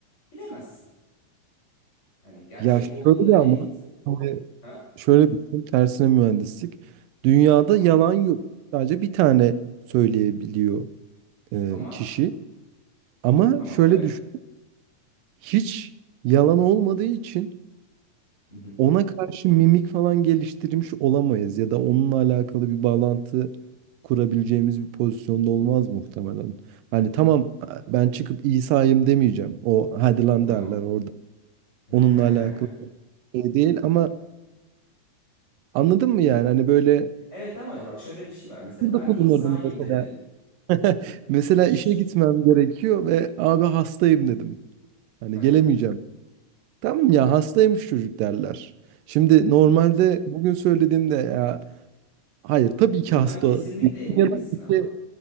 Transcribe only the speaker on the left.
bilemezsin. Yani gerçek
olduğundan emin...
Ha?
Tamam.
Ama
tamam
evet.
<laughs>
Tamam.
<laughs>
Evet ama bak şöyle bir şey var. Mesela
ben
İsa'yım
dedin.
Bak,
şş-
<laughs>
Bundan
kesinlikle
emin
misin
ama?